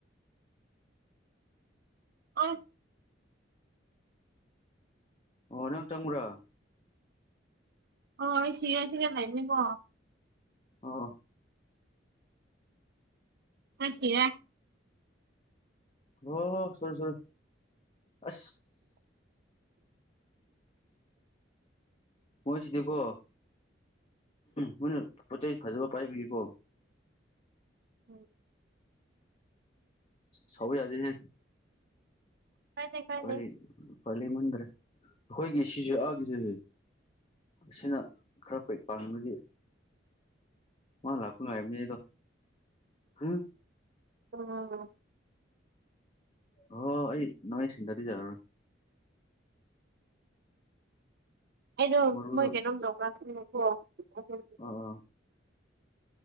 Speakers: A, on the right; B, on the left.
A: ꯑ
B: ꯑꯣ ꯅꯪ ꯆꯪꯕ꯭ꯔꯥ
A: ꯑꯣ ꯁꯤꯌꯥꯁꯤꯒ ꯂꯅꯦꯕꯣ
B: ꯑ
A: ꯑꯁꯤ
B: ꯍ ꯁꯨꯔꯦ ꯁꯨꯔ ꯑ ꯄꯨꯣꯏꯁꯤ ꯗꯀꯣ ꯍꯣꯏꯅ ꯄꯆꯦ ꯐꯖꯕ ꯄꯥꯏꯕꯤꯔꯤꯕꯣ
A: ꯎꯝ
B: ꯁꯧ ꯌꯥꯗꯦꯅꯦꯦ
A: ꯀꯥꯏꯗꯦ ꯀꯥꯏꯗꯦ
B: ꯄ ꯐꯂꯤ ꯃꯗ꯭ꯔꯦ ꯍꯣꯏꯒꯁꯤꯁꯨꯒꯁꯤ ꯑꯁꯤꯅ ꯈꯔ ꯐꯩ ꯄꯥꯡꯅꯗꯤ ꯍ ꯂꯥꯛꯄꯨ ꯂ ꯑꯕꯅꯤꯗ ꯎꯝ
A: ꯑ
B: ꯍ ꯑꯩ ꯅꯉ ꯁꯤꯟꯗꯗꯤꯖꯔꯅꯤ
A: ꯑꯩꯗꯣ
B: ꯃꯔꯨꯗꯣ
A: ꯃꯣꯏ ꯀꯩꯅꯣꯝ ꯇ꯭ꯔꯥ ꯈꯪꯉꯦꯀꯣ ꯑꯗꯨ
B: ꯑꯥ ꯑꯥ